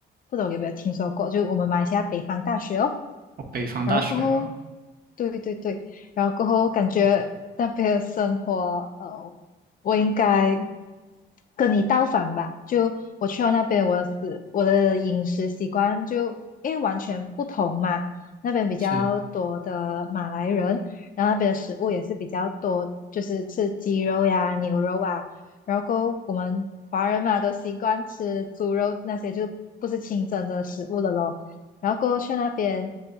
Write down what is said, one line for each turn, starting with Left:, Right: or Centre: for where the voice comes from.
Left: 不懂有没有听说过？就我们马来西亚北方大学哦。
Right: 哦，北方大学哦，
Left: 然后过后，对对对，然后过后感觉那边的生活，呃，我应该跟你倒反吧。就我去到那边，我的食我的饮食习惯就因为完全不同嘛。那边比较多的马来人，
Right: 是，
Left: 然后那边的食物也是比较多，就是吃鸡肉呀、牛肉啊。然后我们华人嘛，都习惯吃猪肉那些，就不是清真的食物了咯。然后过后去那边，